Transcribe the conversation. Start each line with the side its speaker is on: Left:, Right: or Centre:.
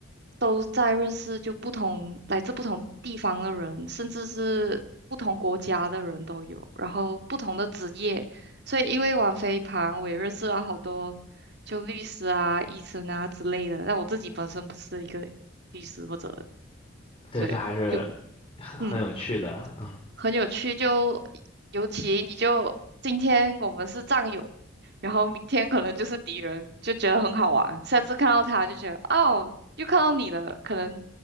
Right: 都在认识就不同来自不同地方的人，甚至是不同国家的人都有，然后不同的职业，所以因为玩飞盘，我也认识了好多就律师啊、医生啊之类的。但我自己本身不是一个律师或者
Left: <laughs> 对，
Right: 对，
Left: 这还是
Right: 就
Left: 很很有趣的，
Right: 嗯。
Left: 嗯
Right: 很有趣，就尤其你就今天我们是战友，然后明天可能就是敌人，就觉得很好玩。下次看到他就觉得哦，又看到你了，可能